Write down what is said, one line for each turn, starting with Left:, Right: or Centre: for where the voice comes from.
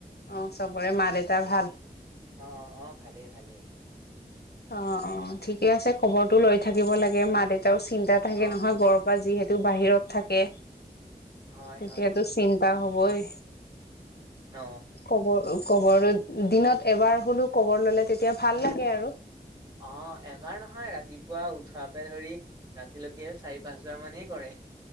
Left: অ', চবৰে মা দেউতাৰ
Right: তাকে
Left: ভাল।
Right: অ', অ', ভালেই, ভালেই।
Left: অ', অ' ঠিকে আছে খবৰটো লৈ থাকিব লাগে মা- দেউতা। এয়াও চিন্তা থাকে
Right: অ
Left: নহয়। ঘৰৰ পৰা যিহেতু বাহিৰত থাকে।
Right: হয়
Left: তেতিয়াতো
Right: হয়
Left: চি আৰু হবই।
Right: অ
Left: কব কবৰ দিনত এবাৰ হলেও কবৰ ল'লে তেতিয়া ভাল লাগে আৰু।
Right: অ', এবাৰ নহয় ৰাতিপুৱা উঠোৱাপে ধৰি ৰাতিলৈকে চাৰি পাঁচ বাৰ মানেই কৰে।